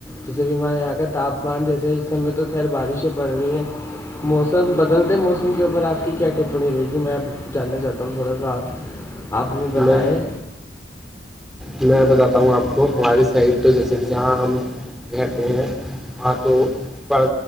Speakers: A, on the left; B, in the centre.
A: جیسے بھی ہمارے یہاں کا تاپمان جیسے اس سم میں تو خیر بارشیں پڑ رہی ہیں موسم بدلتے موسم کے اوپر آپ کی کیا ٹپنیی رہے گی میں آپ جاننا چاہتا ہوں تم تھوڑا سا آ آپ ہمیں بتائیں
B: میں میں بتاتا ہوں آپ کو ہماری سائڈ تو جیسے کہ جہاں ہم کہتے ہیں ہاں تو پر